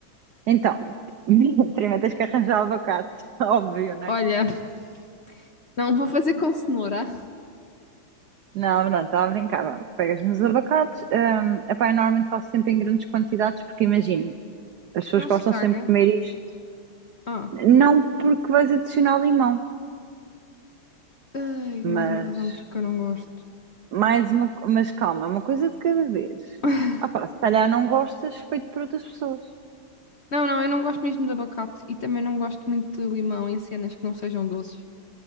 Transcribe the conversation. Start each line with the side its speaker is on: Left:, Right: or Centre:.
Right: Então, <laughs> primeiro tens que arranjar abacate, <laughs> óbvio, não
Left: Olha,
Right: é?
Left: <laughs> não vou fazer com cenoura.
Right: Não, não, estava a brincar. Pronto, Pegas nos abacates. Um, epá, eu normalmente faço sempre em grandes quantidades porque imagino, as pessoas
Left: Não
Right: gostam
Left: se estraga.
Right: sempre de comer isto.
Left: Ah,
Right: Não porque vais adicionar limão,
Left: ai, mais
Right: mas.
Left: uma razão porque eu não gosto.
Right: Mais uma, mas calma, uma coisa de cada vez.
Left: <laughs>
Right: Ah pá, se calhar não gostas feito por outras pessoas.
Left: Não, não, eu não gosto mesmo de abacate e também não gosto muito de limão em cenas que não sejam doces.